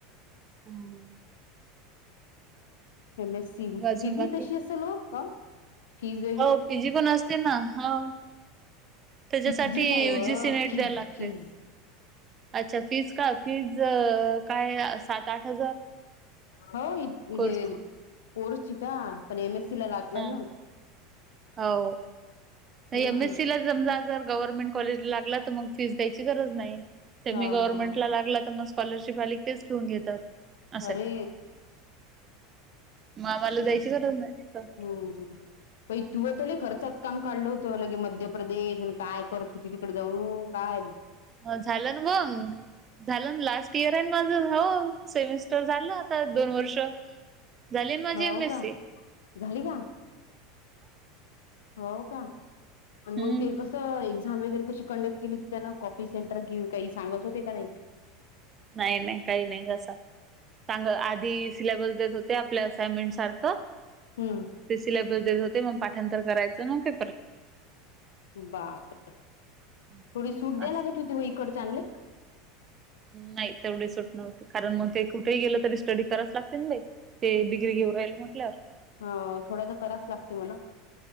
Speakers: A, on the right; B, on the left.
A: हम्म
B: एम एस सी
A: मग अजून
B: फि
A: बाकी
B: बी तशी असेल हो. फीज वगैरे
A: हो पी जी पण असते ना हो त्याच्यासाठी
B: पीजी नाही
A: यू
B: व
A: जी सी नेट
B: फीज
A: द्यायला लागते.
B: फीज
A: अच्छा फीज का फीज काय सात आठ हजार
B: हो म्हणजे
A: कोर्सचे.
B: कोर्सची का पण एम एस सी ला लागंल
A: हा.
B: ना.
A: हो
B: हम्म
A: एम एस सी ला समजा जर गव्हर्नमेंट कॉलेजला लागला तर मग फीज द्याची गरज नाही. सेमी
B: हा
A: गव्हर्नमेंटला
B: हा
A: लागला तर मग स्कॉलरशिप आली तेच ठेवून घेतात. असं
B: अरे
A: आहे. मग आम्हाला जायची गरज नाही तिथं.
B: हो हो बाई तुवा तर लई खर्चाचं काम काढलं होतं लगे मध्य प्रदेश आणि काय करत होती तिकडे जाऊन काय
A: हा झालं ना मगं झालं ना लास्ट इयर त्यात माझा भाऊ सेमिस्टर झालं आता दोन वर्ष झाली ना माझी
B: हो
A: एम एस
B: का
A: सी
B: झाली का? हो का आणि
A: हम्म
B: मग ते कस एक्झाम वगैरे कशी कंडक्ट केली त्याना कॉपी सेंटर घेऊ काही सांगत होते का नाही?
A: नाही नाही काही नाही असं सांग आधी सिलॅबस देत होते आपल्या असाइनमेंट सारखं
B: हम्म
A: ते सिलॅबस देत होते मग पाठांतर करायचं मग पे
B: बापरे
A: असं
B: थोडी सूट द्यायला लागत होती इकडचानले.
A: नाही तेवढी सुट नव्हती. कारण मग ते कुठेही गेलं तरी स्टडी कराचं लागते ना बाई. ते डिग्री घेऊन राहिलेत म्हटल्यावरं.
B: हा थोडासा तरास लागते म्हणा